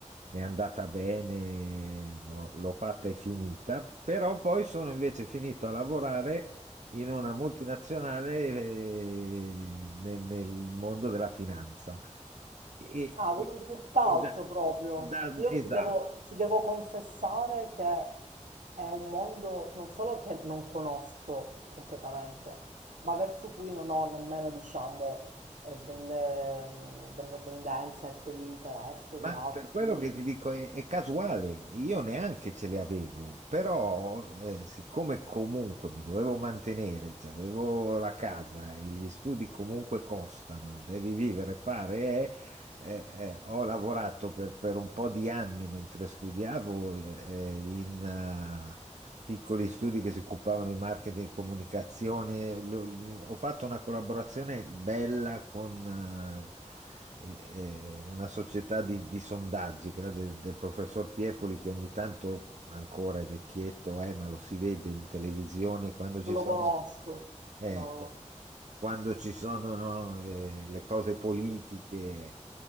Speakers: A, on the right; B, on the right.
A: è andata bene, no, l'ho fatta e finita, però poi sono invece finito a lavorare in una multinazionale, eh, nel, nel mondo della finanza. E,
B: Ah,
A: e-
B: quindi tutt'altro
A: e da-
B: proprio.
A: da-
B: Io
A: esatto,
B: ti devo, ti devo confessare che è un mondo non solo che non conosco completamente, ma verso cui non ho nemmeno, diciamo, eh, delle, mh, delle tendenze, ecco, di interesse o
A: Ma
B: di altro,
A: per quello
B: quindi
A: che ti dico è, è casuale, io neanche ce le avevo, però eh, siccome comunque mi dovevo mantenere, cioè avevo la casa e gli studi comunque costano, devi vivere, fare, eh, eh, eh, ho lavorato per, per un po' di anni mentre studiavo eh, in, piccoli studi che si occupavano di marketing e comunicazione. Lo- lo- ho fatto una collaborazione bella con eh, eh, eh, una società di, di sondaggi, quella del, del professor Piepoli, che ogni tanto ancora è vecchietto, eh, ma lo si vede in televisione quando ci
B: non
A: sono.
B: lo conosco.
A: Ecco
B: No, no.
A: quando ci sono, no, eh, le cose politiche.